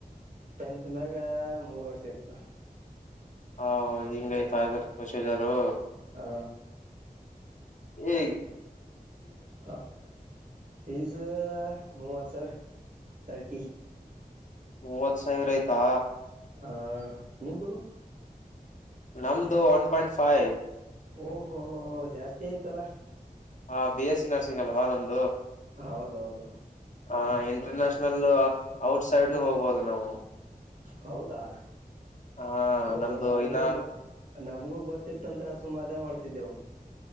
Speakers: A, on the right; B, on the left.
A: ಟೆಂತ್ ಮ್ಯಾಗ ಮೂರ್ ವರ್ಷ ಇರ್ತ
B: ಹಾ ಹಿಂಗೈ್ತಾ ಇದರು ಷಿದರು
A: ಆ
B: ಈಏ
A: ಹ ಫೀಸ್ ಮೂವ ಸರ್ ತರ್ಟಿ
B: ಮೂವತ್ ಸಾವಿರ ಆಯ್ತಾ
A: ಆ ನಿಂಬದು
B: ನಮ್ದು ಒನ್ ಪಾಯಿಂಟ್ ಫೈವ್
A: ಓಹಹೋ ಹೋ ಜಾಸ್ತಿ ಆಯ್ತಲ್ಲ
B: ಹಾ ಬಿ ಎಸ್ ಸಿ ನರ್ಸಿಂಗ್ ಅಲ್ವಾ ನಮ್ದು
A: ಹೌದೌದುೌ
B: ಆ ಇಂಟರ್ನ್ಯಾಷನಲ್ ಔಟ್ ಸೈಡ್ನು ಹೋಗ್ಬಹುದು ನಾವು
A: ಹೌದಾ
B: ಹಾ
A: ಓ
B: ನಮ್ದು
A: ನಮಗೂ
B: ಇನ್ನ
A: ನಮಗೂ ಗೊತ್ತಿತ್ತಂತ್ರ ಸುಮ್ಮದೆ ಮಾಡ್ತಿದ್ದೆವು